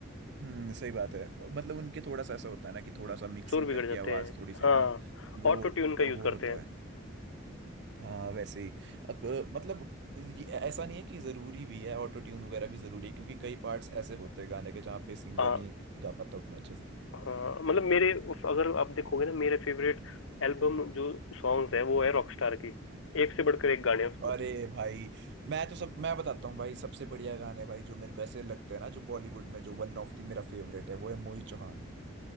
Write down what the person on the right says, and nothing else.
हम्म सही बात है मतलब उनके थोड़ा सा ऐसा होता है ना कि थोड़ा सा मिक्सिंग
करके
आवाज
थोड़ी सी
ना वो
वो
होता
है हाँ वैसे ही अब अ, मतलब ये ऐसा नहीं है कि जरूरी भी है ऑटो ट्यून वगैरह भी जरूरी है क्योंकि कई पार्ट्स ऐसे होते हैं गाने के जहाँ पे सिंगर
नहीं गा पाता उतना अच्छे से
अरे भाई मैं तो सब मैं बताता हूँ भाई सबसे बढ़िया गाने भाई जो मेरे को ऐसे लगते हैं ना जो बॉलीवुड में जो वन ऑफ दी मेरा फेवरेट है वो है मोहित चौहान